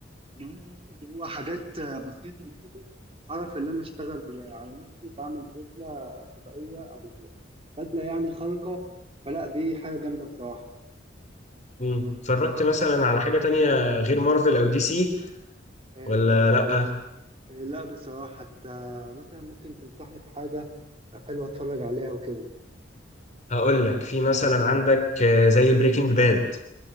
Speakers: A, on the right; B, on the left.
A: بس اللي هو حاجات بسيطة وكده أعرف إن أنا أشتغل على نفسي وأعمل بدلة فضائية أو بدلة يعني خارقة فلا دي حاجة جامدة بصراحة
B: مم. اتفرجت مثلا على حاجة تانية غير مارفل أو دي سي
A: أه
B: ولا لأ؟
A: آه، لا بصراحة حتى مثلا ممكن تنصحني بحاجة حلوة أتفرج عليها وكده
B: هقول لك في مثلا عندك آه، زي بريكنج باد